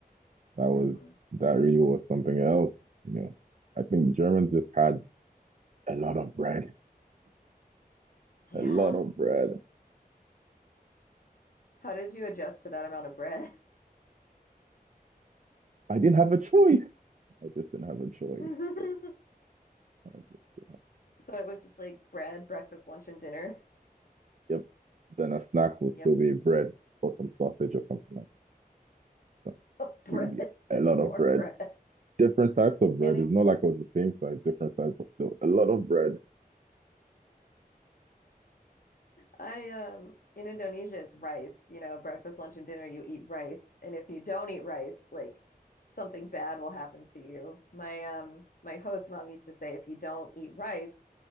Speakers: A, on the right (about 50°); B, on the left (about 65°).
A: That was
B: hmm
A: that really was something else. You know, I think Germans just had a lot of bread,
B: Yeah.
A: a lot of bread.
B: How did you adjust to that amount of bread?
A: I didn't have a choice. I just didn't have a choice.
B: <laughs>
A: I just, didn't have,
B: So it was just like bread, breakfast, lunch, and dinner.
A: yep. Then a snack would
B: Yep.
A: still be bread or some sausage or something like that. So
B: <laughs> Bread,
A: we a
B: just
A: lot
B: more
A: of bread.
B: bread.
A: Different types of bread.
B: And in
A: It's not like it was the same size, different types of no, a lot of bread.
B: I um in Indonesia it's rice, you know, breakfast, lunch, and dinner you eat rice. And if you don't eat rice, like something bad will happen to you. My um my host mom used to say if you don't eat rice,